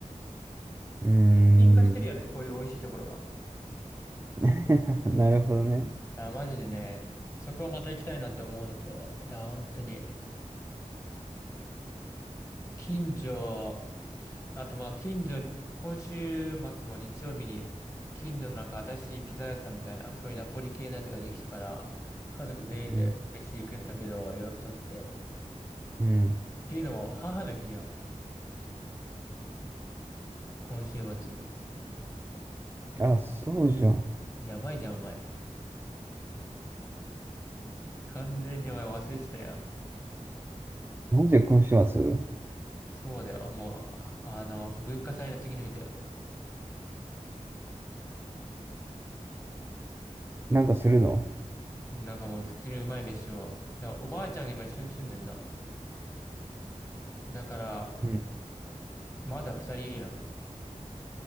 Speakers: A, on the right; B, on the left.
A: ーん。
B: 品化してるよね、こういう美味しいところは。
A: <laughs> なるほどね。
B: あマジでね、そこをまた行きたいなって思うのと、だ、本当に、近所、あとまあ、近所の、今週末も日曜日に、近所のなんか新しいピザ屋さんみたいな、そういうナポリ系のやつができたから、家族全員で飯行くんだけど、
A: うん。
B: 予約取って。
A: うん。
B: っていうのも、母の日や、今週末。
A: あ、そうじゃん。
B: やばいじゃん、お前。完全にお前忘れてたよ。
A: なんで今週末
B: そうだよ、もう、あ、あの、文化祭の次の日だよ。
A: なんかするの
B: なんかもう普通にうまい飯を。だからおばあちゃんが今一緒に住んでんの。だから、
A: うん。
B: おまだ二人いるや